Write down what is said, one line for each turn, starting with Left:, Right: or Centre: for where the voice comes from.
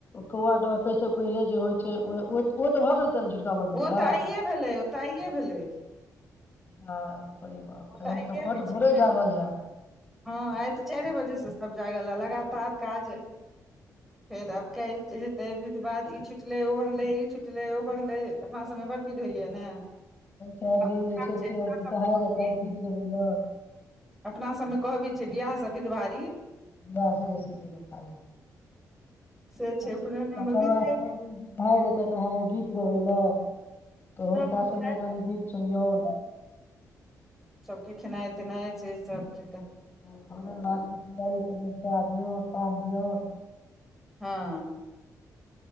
Left: कौआ डकै से पहिले जे होइ छै ओहि ओ तऽ भऽ गेलै ने झिटकाबंधन
Centre: ओ
Left: बला
Centre: तऽ आइए भेलै ओ तऽ आइए भेलै <inaudible>
Left: बाप रे बा
Centre: ओ
Left: तहन
Centre: तऽ आइए
Left: त' बड़
Centre: होइ छै
Left: भोरे
Centre: ने।
Left: जाागल हैब
Centre: हँ आइ तऽ चारिबजे से सब जागल लगातार काज फेर आब काइल हेतै विधवाध ई छुटले ओ बढ़ले ई छुटले ओ बढ़ले अपना सबमें बर बीध होइए ने
Left: चारि
Centre: अपना
Left: दिन जे छै
Centre: सबमे
Left: से कहाय
Centre: कहबी
Left: जेतै गीत गबै ल
Centre: अपना सभमे कहबी छै वियाहसँ विध भारी
Left: बे स बेसी विध भारी
Centre: से छै
Left: त
Centre: उपनयनो
Left: तकर
Centre: मे बिते
Left: चारि दिन गीतहारी एतै तऽ अहाँके गीत गबै लए त हुनका
Centre: सब
Left: सुन
Centre: खाय
Left: के कनि गीत सुनियौन
Centre: के खेनाइ तेनाइ से सब के
Left: ओ भोजन भात दारी कनी चाह दियौन पान दियौन
Centre: हँ